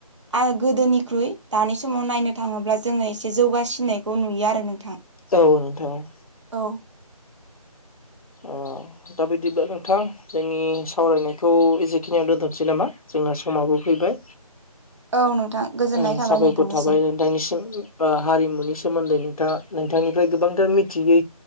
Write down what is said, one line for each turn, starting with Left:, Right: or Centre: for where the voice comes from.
Right: आ‌ गोदोनिख्रुइ दानि समाव नायनो थाङोब्ला जोङो एसे जौगासिननायखौ नुयो आरो नोंथां।
Left: औ नोंथां औ।
Right: औ।
Left: अह। दा बिदिब्ला नोंथां जोंनि सावरायनायखौ ए जेखिनियाव दोनथ'नोसै नामा जोंना समाबो फैबाय?
Right: औ नोंथां। गोजोननाय
Left: ओ
Right: थाबाय
Left: साबायखर
Right: नोंथांनिसिम
Left: थाबाय नोंथांनिसिम। हारिमुनि सोमोन्दै नोंथाङा नोंथांनिफ्राय गोबांथार मिथियै।